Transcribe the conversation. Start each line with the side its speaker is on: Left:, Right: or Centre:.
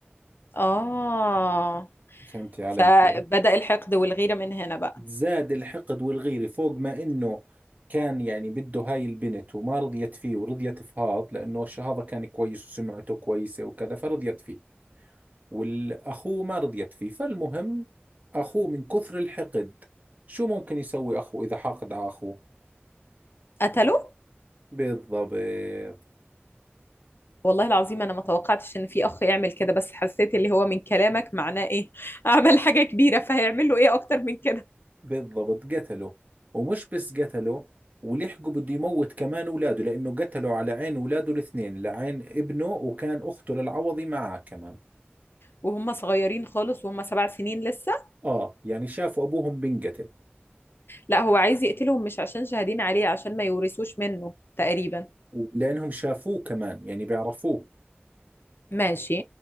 Left: اه
Right: فهمتي علي
Left: فبدأ
Right: كيف
Left: الحقد والغيرة من هنا بقى
Right: زاد الحقد والغيرة فوق ما إنه كان يعني بده هاي البنت وما رضيت فيه ورضيت فهاض لأنه هذا كان كويس وسمعته كويسة وكذا فرضيت فيه والأخوه ما رضيت فيه فالمهم أخوه من كثر الحقد شو ممكن يسوي أخوه إذا حاقد على أخوه
Left: قتله؟
Right: بالضبط
Left: والله العظيم انا ما توقعتش ان في اخ يعمل كده بس حسيت اللي هو من كلامك معناه ايه <laughs> عمل حاجة كبيرة فهيعمل له ايه اكتر من كده
Right: بالضبط قتله ومش بس قتله ولحقه بده يموت كمان اولاده لانه قتله على عين اولاده الاثنين لعين ابنه وكان اخته للعوضي معاه كمان
Left: وهم صغيرين خالص وهم سبع سنين لسه
Right: اه يعني شافوا ابوهم بنقتل
Left: لا هو عايز يقتلهم مش عشان شاهدين عليه عشان ما يورثوش منه تقريبا
Right: ولانهم شافوه كمان يعني بيعرفوه
Left: ماشي